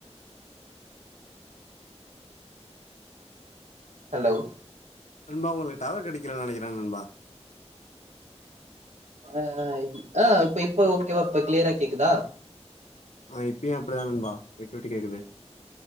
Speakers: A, on the right (about 85°); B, on the left (about 85°).
A: ஹலோ
B: நண்பா உங்களுக்கு டவர் கிடைக்கலனு நினைக்கிறேன் நண்பா
A: ஆஹ் ஆஹ் இப்ப இப்ப ஓகேவா இப்ப கிளியரா கேக்குதா
B: ஹா அப்ப அப்படி தான் நண்பா விட்டு விட்டு கேக்குது